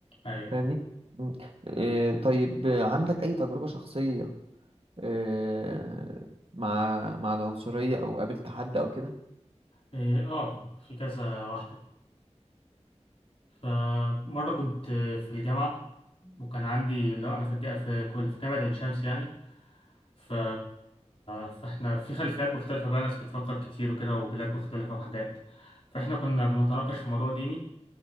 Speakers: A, on the left (about 55°); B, on the right (about 50°).
A: أي
B: فاهمني؟ مم. إيه طيب آه، عندك اي تجربة شخصية إيه مع مع العنصرية او قابلت حد او كده؟
A: إيه، آه في كذا واحدة فمرة كنت في الجامعة وكان عندي لا أنا في الجامعة في كل في جامعة عين شمس يعني ف... فاحنا في خلفيات مختلفة بقى ناس بتفكر كتير وكده وبلاد مختلفة وحاجات فاحنا كنا بنتناقش في موضوع ديني